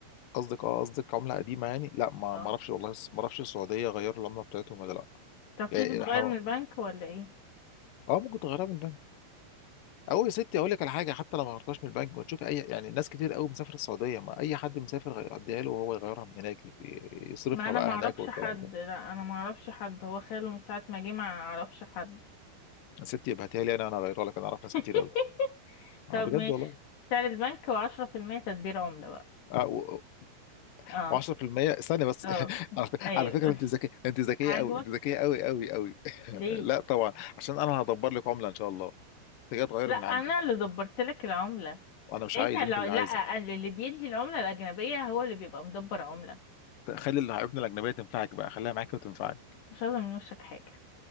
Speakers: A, on the left; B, on the left.
A: قصدك اه قصدك عملة قديمة يعني؟ لا ما
B: اه
A: ما اعرفش والله ما اعرفش السعودية غيروا العملة بتاعتهم ولا لأ
B: طب
A: يعني
B: تيجي تتغير
A: ح-
B: من البنك ولا ايه
A: اه ممكن تغيرها من البنك او يا ستي اقول لك على حاجه حتى لو ما غيرتهاش من البنك ونشوف اي يعني ناس كتير قوي مسافره السعوديه ما اي حد مسافر غي- اديها له وهو يغيرها من هناك يت- يصرفها
B: ما انا
A: بقى
B: معرفش
A: هناك والكلام
B: حد
A: ده
B: لا انا معرفش حد هو خاله من ساعة ما جه معرفش حد
A: يا ستي ابعتيها لي انا انا اغيرها لك انا اعرف
B: <laughs>
A: ناس كتير قوي
B: طب
A: اه بجد
B: ماشي
A: والله
B: سعر البنك وعشرة في المية تدبير عملة بقى
A: و10%
B: اه
A: استنى بس
B: اه
A: <laughs> على فك-
B: ايوه
A: على فكره انت ذكيه انت
B: <laughs>
A: ذكيه
B: عاجبك
A: قوي انت ذكيه قوي قوي قوي <laughs>
B: ليه
A: لا طبعا عشان انا هدبر لك عمله ان شاء الله انت جاي تغير
B: لا
A: من
B: انا
A: عندي
B: اللي دبرت لك العملة
A: وانا مش
B: انت
A: عايز
B: لو
A: انت اللي
B: لا
A: عايزه
B: أنا اللي بيدي العملة الأجنبية هو اللي بيبقى مدبر عملة
A: خلي العيوبنا الاجنبيه تنفعك بقى خليها معاكي وتنفعك
B: مش عايزة من وشك حاجة